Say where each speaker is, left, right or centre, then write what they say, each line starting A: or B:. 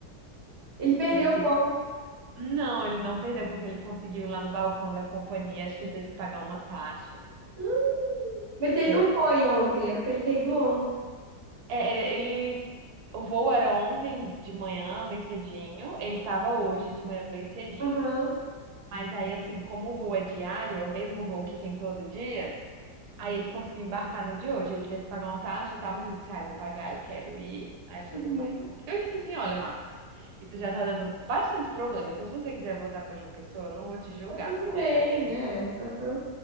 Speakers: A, on the right; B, on the right.
A: Ele perdeu
B: E era dia...
A: o voo.
B: Não, ele não perdeu porque ele conseguiu ir lá no balcão da companhia. Acho que ele teve que pagar uma taxa.
A: Hum, Mas ele
B: E
A: não
B: aí Ele,
A: foi ontem, era pra ele ter ido ontem.
B: é, ele, ele- o voo era ontem de manhã, bem cedinho. Ele estava hoje de manhã, bem cedinho.
A: Aham.
B: Mas aí, assim, como o voo é diário, é o mesmo voo que tem todo dia. Aí ele conseguiu embarcar no de hoje, ele teve que pagar uma taxa e tal, mas ele disse, ah, eu vou pagar, eu quero ir. Aí eu falei,
A: Uhum.
B: uai, então. Eu disse assim, olha, Max, isso já tá dando bastante problema, então se você quiser voltar pra João Pessoa, eu não vou te julgar,
A: Tá tudo
B: sabe?
A: bem,
B: Faz o que...
A: é. Aham.